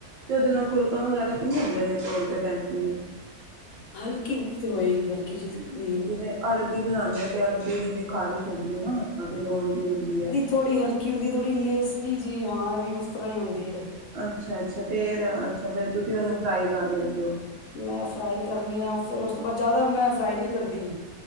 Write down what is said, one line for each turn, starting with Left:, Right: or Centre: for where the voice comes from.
Right: ਤੇ ਓਦੇ ਨਾਲ ਖੁੜਕਾ ਵਗੈਰਾ ਤਾਂ ਨੀ ਹੁੰਦੇ ਐਨੇ ਤੋੜ ਦੇ ਟਾਈਮ ਜਿਵੇਂ।
Left: ਹਲਕੀ ਤੇ ਹੋਏਗੀ ਹਲਕੀ ਜੀ ਤੇ ਹੁੰਦੀ ਐ।
Right: ਜਿਵੇਂ ਅਰਬੀ ਬਣਾਨੇ ਆ ਤੇ ਅਰਬੀ ਦੀ ਵੀ ਖ਼ਾਰਿਸ਼ ਹੁੰਦੀ ਐ ਨਾ ਹੱਥਾਂ ਤੇ ਲੋਣ ਜੀ ਹੁੰਦੀ ਐ।
Left: ਥੋੜ੍ਹੀ ਹਲਕੀ ਹੁੰਦੀ ਐ ਥੋੜੀ ਲੇਸਲੀ ਜੀ ਹਾਂ ਏ ਵੀ ਉਸ ਤਰ੍ਹਾਂ ਈ ਹੁੰਦੀ ਐ।
Right: ਅੱਛਾ ਅੱਛਾ, ਫੇਰ ਅੱਛਾ ਫੇਰ ਤੁਸੀਂ ਉਹਨੂੰ ਫਰਾਈ ਕਰ ਲੈਂਦੇ ਓ।
Left: ਮੈਂ ਫਰਾਈ ਕਰਨੀ ਆ ਫੇਰ ਉਸ ਤੋਂ ਬਾਅਦ ਜਿਆਦਾ ਮੈਂ ਫਰਾਈ ਮੀ ਕਰਦੀ